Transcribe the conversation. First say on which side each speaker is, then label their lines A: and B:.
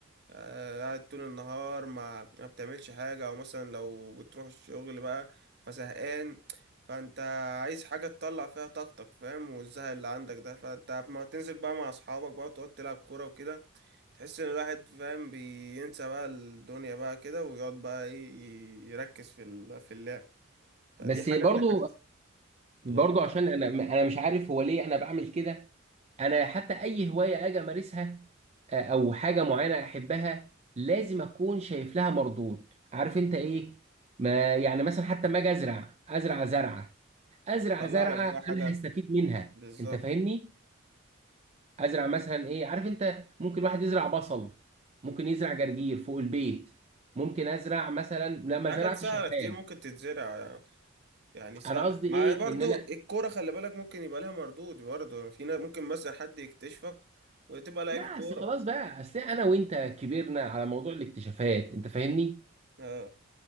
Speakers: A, on the right; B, on the right.
A: آه، قاعد طول النهار ما ما بتعملش حاجة أو مثلا لو بتروح الشغل بقى فزهقان فأنت عايز حاجة تطلع فيها طاقتك فاهم والزهق اللي عندك ده فأنت ما تنزل بقى مع أصحابك بقى وتقعد تلعب كورة وكده تحس إن الواحد فاهم بينسى بقى الدنيا بقى كده ويقعد بقى إيه ي- يركز في ال- في اللعب فدي
B: بس
A: حاجة
B: برضو
A: من الحاجات اللي
B: برضو عشان انا انا مش عارف هو ليه انا بعمل كده انا حتى اي هوايه اجي امارسها آه، او حاجه معينه احبها لازم اكون شايف لها مردود عارف انت ايه ما يعني مثلا حتى ما اجي ازرع ازرع زرعه ازرع
A: بتطلع
B: زرعه
A: لك بقى حاجة
B: انا هستفيد منها
A: بالظبط
B: انت فاهمني ازرع مثلا ايه عارف انت ممكن واحد يزرع بصل ممكن يزرع جرجير فوق البيت ممكن ازرع مثلا لا ما
A: في حاجات
B: زرعتش
A: سهلة
B: ريحان
A: كتير ممكن تتزرع يعني. يعني سهلة
B: انا قصدي
A: ما
B: ايه
A: برضو
B: ان انا
A: الكورة خلي بالك ممكن يبقى لها مردود برضو يعني في ناس ممكن مثلا حد يكتشفك وتبقى لعيب
B: لا اصل
A: كورة
B: خلاص بقى اصل انا وانت كبرنا على موضوع الاكتشافات انت فاهمني
A: اه